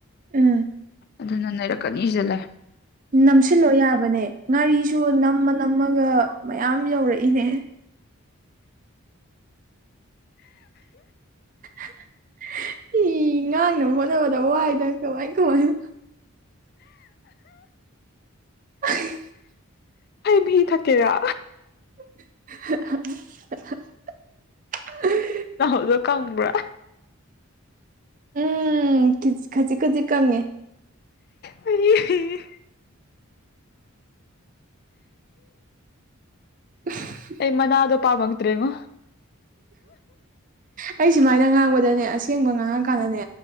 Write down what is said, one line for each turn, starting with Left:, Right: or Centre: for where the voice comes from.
Right: ꯎꯝ
Left: ꯑꯗꯨꯅ ꯅꯔꯛꯀꯅꯤꯁ ꯂ
Right: ꯅꯝꯁꯤꯜꯂꯣ ꯌꯥꯕꯅꯦ ꯉꯥꯔꯤꯁꯨ ꯅꯝꯃ ꯅꯝꯃꯒ ꯃꯌꯥꯝ ꯌꯧꯔꯛꯏꯅꯦ <inaudible> ꯏ ꯉꯥꯡꯅꯕ ꯍꯣꯠꯅꯕꯗ ꯋꯥꯏꯗꯅ ꯀꯃꯥꯏ ꯀꯃꯥꯏꯅ <inaudible>
Left: ꯕꯤ ꯊꯥꯦꯔ
Right: <inaudible>
Left: ꯎꯗꯣ ꯀꯪꯕ꯭ꯔꯥ
Right: ꯎꯝ ꯈꯖꯤꯛ ꯈꯖꯤꯛ ꯀꯪꯉꯦ
Left: ꯑꯩ
Right: <inaudible>
Left: ꯃꯅꯥ ꯑꯗꯨꯣ ꯄꯥꯕꯪꯇ꯭ꯔꯦꯉꯣ
Right: ꯑꯩ ꯁꯨꯃꯥꯏꯅ ꯉꯥꯡꯕꯗꯅꯦ ꯑꯁꯦꯡꯕ ꯉꯥꯡꯉꯀꯥꯟꯗꯅꯦ